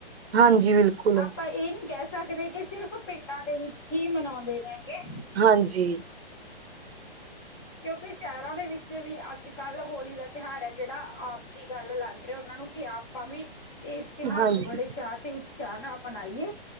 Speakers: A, on the right (about 80°); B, on the left (about 20°).
A: ਹਾਂਜੀ ਬਿਲਕੁਲ
B: ਆਪਾਂ ਇਹ ਨੀ ਕਹਿ ਸਕਦੇ ਕਿ ਸਿਰਫ ਪਿੰਡਾਂ ਦੇ ਵਿੱਚ ਹੀ ਮਨਾਉਂਦੇ ਨੇਗੇ।
A: ਹਾਂਜੀ
B: ਕਿਉਂਕਿ ਸ਼ਹਿਰਾਂ ਦੇ ਵਿੱਚ ਵੀ ਅੱਜ ਕੱਲ੍ਹ ਹੋਲੀ ਦਾ ਤਿਉਹਾਰ ਹੈ ਜਿਹੜਾ ਆਪ ਜੀ ਗੱਲ ਲੱਗ ਰਿਹਾ ਉਹਨਾਂ ਨੂੰ ਕੀ ਆਪ ਆਪਾਂ ਵੀ ਇਸ ਤਿਉਹਾਰ
A: ਹਾਂਜੀ
B: ਨੂੰ ਬੜੇ ਚਾਅ ਤੇ ਉਤਸ਼ਾਹ ਨਾਲ ਮਨਾਈਏ।